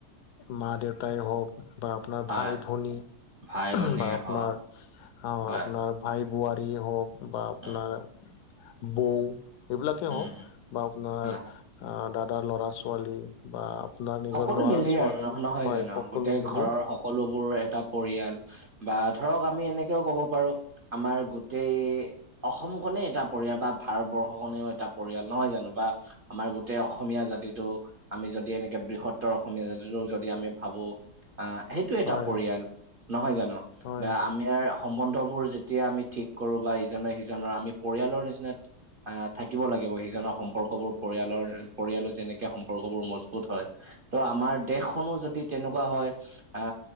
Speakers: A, on the left; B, on the right.
A: মা দেউতাই হওক, বা আপোনাৰ
B: হয়,
A: ভাই ভনী,
B: ভাই-ভনীয়ে
A: বা আপোনাৰ
B: হওক
A: অ'
B: হয়।
A: আপোনাৰ ভাই বোৱাৰীয়ে হওক, বা আপোনাৰ
B: উম,
A: বৌ এইবিলাকেই
B: উম,
A: হওঁক, বা আপোনাৰ
B: হয়, হয়।
A: আ দাদাৰ ল'ৰা ছোৱালী বা আপোনাৰ নিজৰ
B: সকলো
A: ল'ৰা
B: মিলি
A: ছোৱালী
B: নহয়
A: হয়
B: জানো?
A: সকলো
B: গোটেই
A: মিলি
B: ঘৰৰ সকলোবোৰ এটা পৰিয়াল। বা ধৰক আমি এনেকেও কব পাৰো, আমাৰ গোটেই অসম খনে এটা পৰিয়াল, বা ভাৰতবৰ্ষ খনেও এটা পৰিয়াল, নহয় জানো? বা আমাৰ গোটেই অসমীয়া জাতিটো আমি যদি এনেকে বৃহত্তৰ অসমীয়া জাতিটো যদি আমি ভাবো অ সেইটো এটা
A: হয়
B: পৰিয়াল নহয় জানো দ
A: হয়
B: আমি ইয়াৰ সম্বন্ধবোৰ যেতিয়া আমি ঠিক কৰো বা ইজনে সিজনৰ আমি পৰিয়ালৰ নিচিনা আ থাকিব লাগিব সিজনৰ সম্পৰ্কবোৰ পৰিয়ালৰ পৰিয়ালৰ যেনেকে সম সৰ্গবোৰ মজবুত হয় ত' আমাৰ দেশখনো যদি তেনেকুৱা হয় আ